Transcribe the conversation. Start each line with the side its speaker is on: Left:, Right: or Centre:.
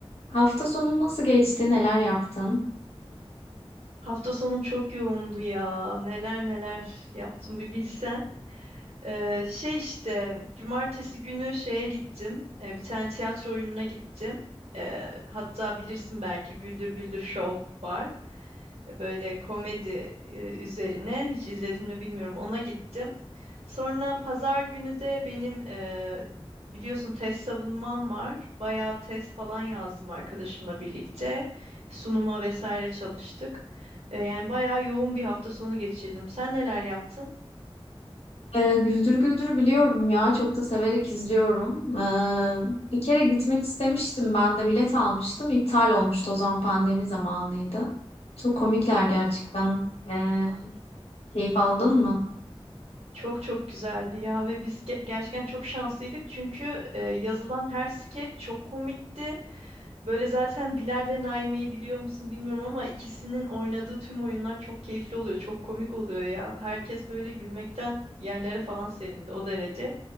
Left: Hafta sonun nasıl geçti? Neler yaptın?
Right: Hafta sonum çok yoğundu ya. Neler neler yaptım bir bilsen. Ee, şey işte cumartesi günü şeye gittim. Ee, bir tane tiyatro oyununa gittim. Ee, hatta bilirsin belki Güldür Güldür Show var böyle komedi e, üzerine. Hiç izledin mi bilmiyorum. Ona gittim. Sonra pazar günü de benim e, biliyorsun test savunmam var. Bayağı test falan yazdım arkadaşımla birlikte. Sunuma vesaire çalıştık. E, yani bayağı yoğun bir hafta sonu geçirdim. Sen neler yaptın?
Left: Ee, Güldür Güldür biliyorum ya. Çok da severek izliyorum. Ee, bir kere gitmek istemiştim. Ben de bilet almıştım. İptal olmuştu. O zaman pandemi zamanıydı. Çok komikler gerçekten. Ee, keyif aldın mı?
Right: Çok çok güzeldi ya ve biz ge- gerçekten çok şanslıydık çünkü e, yazılan her skeç çok komikti. Böyle zaten Bilal ve Naime'yi biliyor musun bilmiyorum ama ikisinin oynadığı tüm oyunlar çok keyifli oluyor. Çok komik oluyor ya. Herkes böyle gülmekten yerlere falan serildi o derece.